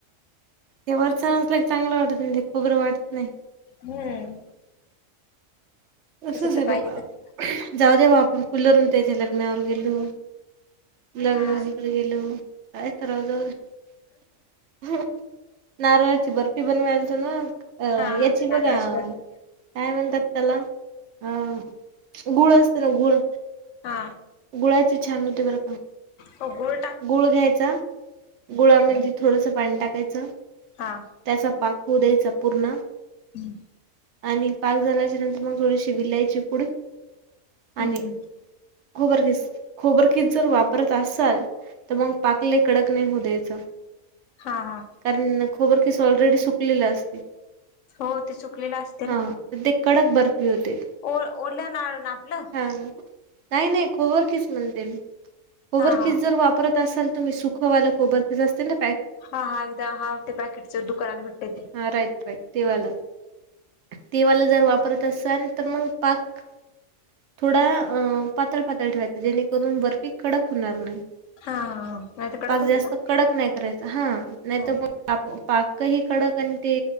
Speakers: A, on the right; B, on the left.
A: ते वरचं असलं की चांगलं वाटतं नाहीं. ते खोबरं वाटतं नाहीं.
B: हम्मं
A: तसंच
B: तर
A: आहे
B: पाहिजे
A: बाबां.
B: तस
A: जाऊं दे बां आपणं फुलवरूंन त्यांच्या लग्नानंतर गेलो. गुलाबी
B: हा
A: भांजी गेलो कायं करावं जाऊं दे हं नारळांची बर्फी. बनवायंचो नां
B: हा हा
A: यांची
B: नारळाची
A: बघां.
B: बर्फी
A: कायं म्हणतांत त्यांला. अहं गूळं असतं नां गूळं
B: हा.
A: गुळायचे छान होते बर का.
B: हो गुळ टाक
A: गुळ घ्यायचा. गुळामध्ये थोडंसं पाणी टाकायचं.
B: हा.
A: त्याचा पाक होऊ द्यायचा पूर्ण
B: हम्म.
A: आणि पाक झाल्याच्या नंतर मग थोडीशी विलायची पुढ
B: हम्म
A: आणि खोबरकीिस खोबरकीिस जर वापरत असाल तर मग पाक कडक लई नाही होऊ द्यायच.
B: हा हा.
A: कारण खोबर खिस ऑलरेडी सुकलेली असते.
B: हो ते चुकलेलं असते
A: हां
B: ना.
A: तर ते कडक बर्फी होते.
B: ओ ओल्या ना ना आपलं.
A: काही नाही खोबर किस म्हणते. खोबर
B: हा हा
A: किस जर वापरला परत असाल तुम्ही सुखवाल खोबर ते असतंना.
B: हा हादा हा ते पॅकेटस दुकान आग भटे
A: हा राईत व्हय. तेवा्हाला देवाला जर वापरत असाल तर मग पाक थोडा अ पातळ पातळ ठेवायचां जेणेकरून बर्फी कडक होणार नाही.
B: हा हा हा नाही तर कडक
A: पाक
B: होते
A: जास्त
B: का
A: कडक नाही करायच हा नाही
B: हा
A: तर मग पा पाक ही कडक आणि ते